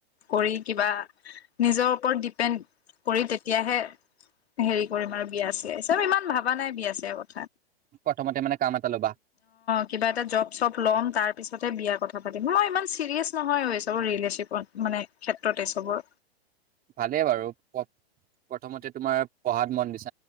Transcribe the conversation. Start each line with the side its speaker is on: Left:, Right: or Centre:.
Left: কৰি কিবা নিজৰ ওপৰত ডিপেণ্ড কৰি তেতিয়াহে হেৰি কৰিম আৰু বিয়া চিয়া চব ইমান ভাবা নাই বিয়া চিয়া আগত অ
Right: প্ৰথমতে মানে কাম এটা ল'বা
Left: কিবা এটা জব চব লম বিয়া কথা পাতিম মই ইমান চিৰিয়াছ নহয় চব ৰিলেশপত মানে ক্ষেত্ৰতে চবৰ
Right: ভালেই বাৰু ক প্ৰথমতে তোমাৰ পঢ়াত মন দিছে